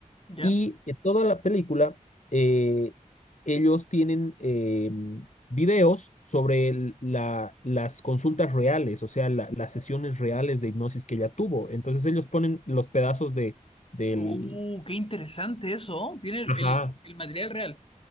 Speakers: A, on the left; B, on the left.
A: ¿Ya?
B: Y en toda la película, eh, ellos tienen eh, videos sobre el- la- las consultas reales, o sea, la- las sesiones reales de hipnosis que ella tuvo. Entonces ellos ponen los pedazos de, del,
A: Uh, qué interesante eso. ¿oh? Tiene el,
B: Ajá.
A: el- el material real.